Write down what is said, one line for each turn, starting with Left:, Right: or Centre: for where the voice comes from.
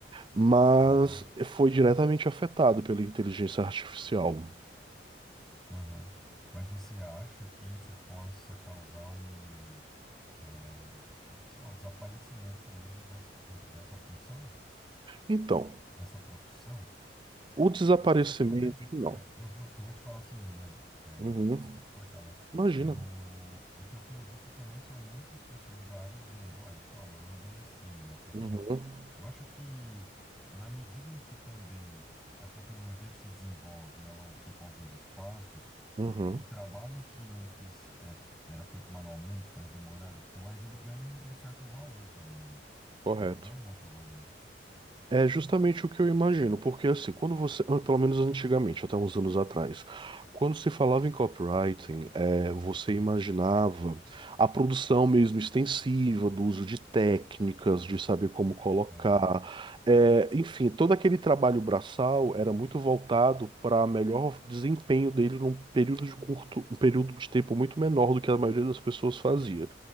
Right: Mas
Centre: Uhum.
Right: foi diretamente afetado pela inteligência artificial.
Centre: Aham. Mas você acha que isso possa causar um, é, sei lá, o desaparecimento mesmo dessa, de um- dessa função,
Right: Então,
Centre: dessa profissão?
Right: o desaparecimento,
Centre: Porque eu vejo,
Right: não.
Centre: eu, eu vou, eu vou te falar assim, né? é,
Right: Uhum.
Centre: desculpa te cortar, mas
Right: Imagina.
Centre: eu, o que eu tenho visto também são muitas pessoas da área dizendo, olha, calma, não é bem assim, né? Porque
Right: Uhum.
Centre: eu acho que na medida em que também a tecnologia se desenvolve, ela ocupa alguns espaços,
Right: Uhum.
Centre: o trabalho que antes é, f- era feito manualmente, mais demorado e tudo mais, ele ganha um certo valor também, né?
Right: Correto.
Centre: Ele ganha um outro valor.
Right: É justamente o que eu imagino, porque assim, quando você, ah, pelo menos antigamente, até uns anos atrás, quando se falava em copywriting, é, você imaginava a produção mesmo extensiva, do uso de técnicas, de saber como colocar,
Centre: Aham,
Right: é, enfim, todo aquele trabalho braçal era muito voltado para melhor desempenho dele num período de curto, um período de tempo muito menor do que a maioria das pessoas fazia.